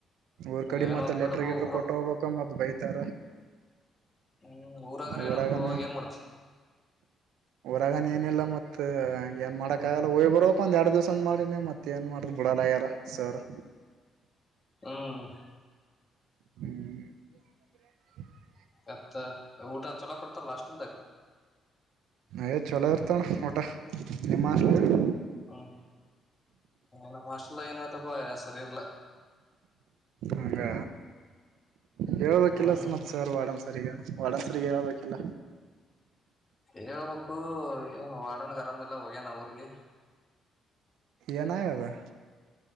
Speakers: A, on the right; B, on the left.
A: ಊರ್ ಕಡೆ
B: ಏನ್
A: ಮತ್ತ
B: ಓದ್ಬೇಡಪ್ಪ
A: ಲೆಟರ್ ಗಿಟ್ರ
B: ಊರ
A: ಕೊಟ್ಟ ಹೋಗ್ಬೇಕ ಮತ್ ಬೈತಾರ
B: ಹ್ಮ್ ಊರಾಗರ
A: ಊರಾಗನ
B: ಏನಾದ ಬಿಡ ಹೋಗಿ ಏನ್ ಮಾಡತಿ
A: ಊರಾಗನ ಏನಿಲ್ಲ ಮತ್ ಏನ್ ಮಾಡಕ್ಕ ಆಗಲ್ಲ ಹೋಗಿ ಬರಬೇಕ ಒಂದೆರಡ ದಿವಸ ಅಂಮಾಡಿನಿ ಮತ್ ಏನ್ ಮಾಡುದ. ಕೊಡಲಾಗೇರ ರಾ ಸರ್
B: ಹ್ಮ್.
A: ಹ್ಮ್ <unintelligible>
B: ಮತ್ತ ಊಟ ಚಲೋ ಕೊಡ್ತಾರಲ್ಲ ಹಾಸ್ಟಲದಾಗ.
A: ಯೇ ಚೊಲೋ ಇರ್ತಣ ಊಟ ನಿಮ್ಹಾಸ್ಟ್ಲಾಗ.
B: ಹ್ಮ್ ನಮ್ಮ ಹಾಸ್ಟಲನತ್ತಪ ಸರಿಯಿಲ್ಲ.
A: ಹಂಗ. ಹೇಳ್ಬೇಕಿಲ್ಲ
B: ಹ್ಮ್
A: ಸ ಮತ್ಸ ಸರ್ ವಾಡನ್ಸರಿಗೆ ವಾಡನ್ಸರಿಗ ಹೇಳ್ಬೇಕಿಲ್ಲ.
B: ಹೇಳ್ಬೇಕು ಏನ್ ವಾಡಣ್ಣಗ ಆರಾಮಿಲ್ಲ ಹೋಗ್ಯನ ಊರಿಗೆ.
A: ಎನ ಆಗೆದ.